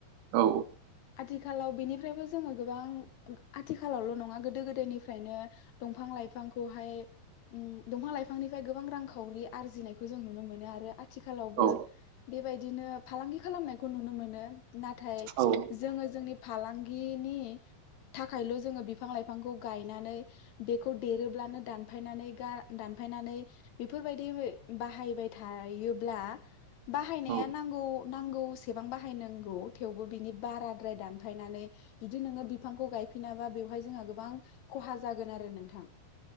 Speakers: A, on the right (about 70°); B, on the left (about 75°).
A: औ
B: आथिखालाव बेनिफ्रायबो जोङो गोबां आथिखालावल' नङा गोदो गोदायनिफ्रायनो दंफां लाइफांखौहाय ओम दंफां लाइफांनिफ्राय गोबां रांखावरि आरजिनायखौ जों नुनो मोनो आरो आथ थिखालावबो
A: औ
B: बेबायदि फालांगि खालामनायखौ नुनो मोनो। नाथाय
A: औ
B: जोङो जोंनि फालांग नि बे थाखायल' जोङो बिफां लाइफांखौ गायनानै बेखौ देरोब्लानो दानफायनानै गा दानफायनानै बेफोरबायदि बाहायबाय थायोब्ला <unintelligible>
A: औ
B: नांगौ नांगौ जेसेबां बाहायनांगौ थेवबो बिनि बाराद्राय दानफायनानै जुदि नोङो बिफांखौ गायफिनाबा बेवहाय जोंहा गोबां खहा जागोन आरो नोंथां।